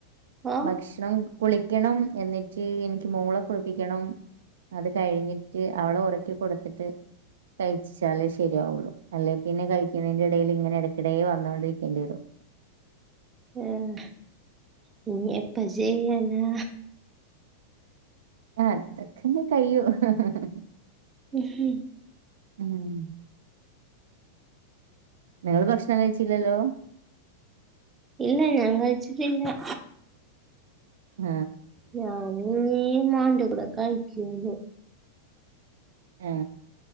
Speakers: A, on the right; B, on the right.
A: ഓ.
B: ഭക്ഷണം കുളിക്കണം. എന്നിട്ട് എനിക്ക് മോളെ കുളിപ്പിക്കണം. അത് കഴിഞ്ഞിട്ട് അവളെ ഉറക്കി കൊടുത്തിട്ട്, കഴിച്ചാലെ ശരിയാവുള്ളു. അല്ലെ പിന്നെ കഴിക്കുന്നന്റെ എടേല് ഇങ്ങനെ എട കിടേ വന്നോണ്ട്ക്കേണ്ട്യരും.
A: ആഹ ഇനി എപ്പ ചെയ്യാനാ.
B: അതൊക്കെ ന്ന് കയും ഹ ഹ ഹ.
A: ഉ ഹും
B: ഉം. നിങ്ങള് ഭക്ഷണം കഴിച്ചില്ലല്ലോ.
A: ഇല്ല ഞാൻ കഴിച്ചിട്ടില്ല.
B: ആ
A: ഞാനും ഈ ഉമ്മാൻ്റെ കൂടെ കഴിക്കൊള്ളൂ.
B: ഏ